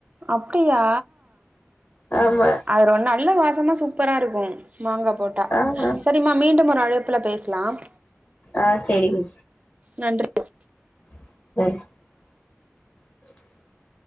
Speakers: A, on the right; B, on the left.
A: அப்டியா
B: ஆமா
A: அதுலா ஒன் நல்ல வாஸ் சுத்தமா சூப்பரா இருக்கும் மாங்கா போட்டா
B: ஆ ஆ
A: சரிம்மா மீண்டும் ஒரு அழைப் ல பேசலாம்
B: ஆ செரிங்
A: நன்றி
B: <inaudible>